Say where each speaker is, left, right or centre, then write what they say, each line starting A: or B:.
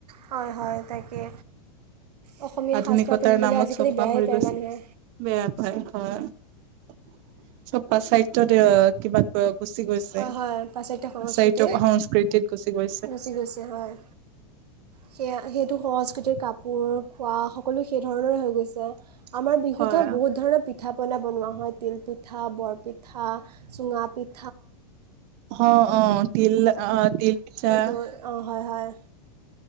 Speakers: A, on the right; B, on the right.
A: হয় হয় তাকে অসমীয়া
B: আধুনিকতাৰ
A: সাজপাৰ পিন্ধিবলৈ
B: নামত
A: আজিকালি
B: চপাাহৰি
A: বেয়াই পায়
B: গৈছে
A: মানুহে
B: বেয়া পায় হয় ছপ প্ৰাচাত্য কিবা গুচি গৈছে।
A: হয় হয় পাশ্চাত্য সংস্কৃতিৰ
B: প্ৰাচাত্যয় সংস্কৃতিত গুচি গৈছে।
A: গুচি গৈছে হয়। সেয়া সেইটো সহজ কাপোৰ খোৱা সকলো সেই ধৰণৰে হৈ গৈছে। আমাৰ বিহুতে
B: হয়
A: বহুত ধৰণৰ পিঠা পনা বনোৱা হয় তিলপিঠা বৰপিঠ- থা চুঙা পি-
B: অ', অ' তিল অ' তিল পিঠা
A: সেইটো অ' হয় হয়